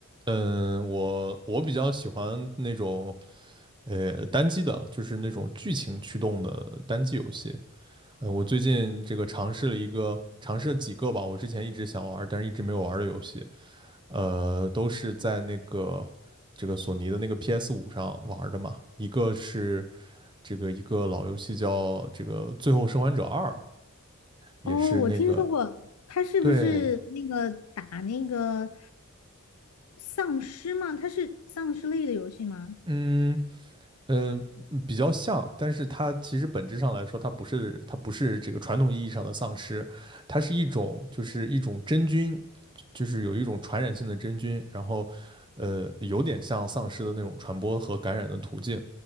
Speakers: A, on the right (about 20°); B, on the left (about 85°).
A: 嗯，我我比较喜欢那种呃单机的，就是那种剧情驱动的单机游戏。呃，我最近这个尝试了一个，尝试了几个吧，我之前一直想玩，但是一直没有玩的游戏。呃，都是在那个这个索尼的那个 p s 五上玩儿的嘛。一个是这个一个老游戏叫这个《最后生还者二》，也是那个
B: 哦，我听说过，它是不是那个打那个
A: 对，
B: 丧尸吗？它是丧尸类的游戏吗？
A: 嗯嗯、呃比较像，但是它其实本质上来说，它不是它不是这个传统意义上的丧尸，它是一种就是一种真菌就是有一种传染性的真菌，然后呃有点像丧尸的那种传播和感染的途径，